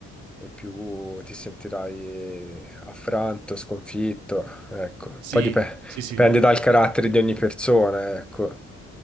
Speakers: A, in the centre; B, on the right.
A: e più ti sentirai affranto, sconfitto, ecco.
B: sì,
A: Poi dip-
B: sì, sì.
A: dipende dal carattere di ogni persona, ecco.